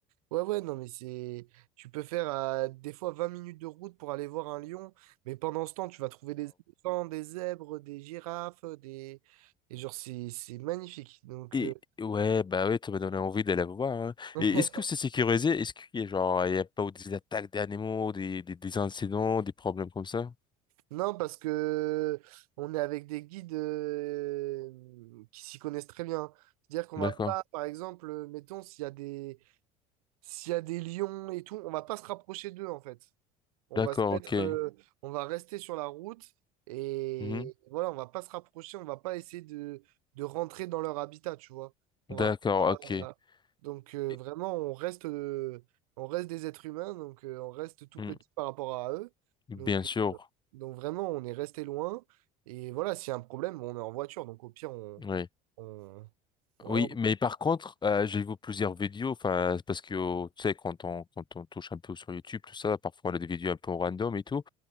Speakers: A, on the right; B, on the left.
A: Ouais, ouais, non, mais c'est. Tu peux faire euh, des fois 20 minutes de route pour aller voir un lion, mais pendant ce temps, tu vas trouver des éléphants, des zèbres, des girafes, euh, des. Et genre, c'est c'est magnifique. Donc,
B: Et
A: euh,
B: ouais, bah ouais ça m'a donné envie d'aller voir. hein.
A: <laughs>
B: Et est-ce que c'est sécurisé? Est-ce qu'il y a genre, il y a pas eu des attaques d'animaux, des, des, des incidents, des problèmes comme ça?
A: non, parce que on est avec des guides euh, qui s'y connaissent très bien. C'est-à-dire qu'on
B: D'accord.
A: va pas, par exemple, euh, mettons, s'il y a des, s'il y a des lions et tout, on va pas se rapprocher d'eux, en fait. On
B: D'accord,
A: va se mettre,
B: ok.
A: euh, on va rester sur la route et
B: Mhm.
A: voilà, on va pas se rapprocher, on va pas essayer de, de rentrer dans leur habitat, tu vois. On
B: D'accord,
A: va pas-
B: ok.
A: Donc euh,
B: Et-
A: vraiment, on reste, euh, on reste des êtres humains, donc euh, on reste tout
B: hmm,
A: petit par rapport à eux.
B: Bien
A: Donc,
B: sûr.
A: euh, donc vraiment, on est resté loin. Et voilà, s'il y a un problème, on est en voiture, donc au pire, on,
B: Oui.
A: on... voilà.
B: Oui, mais par contre, euh, j'ai vu plusieurs vidéos, enfin, c'est parce que, euh, tu sais, quand on, quand on touche un peu sur YouTube, tout ça, parfois on a des vidéos un peu random et tout.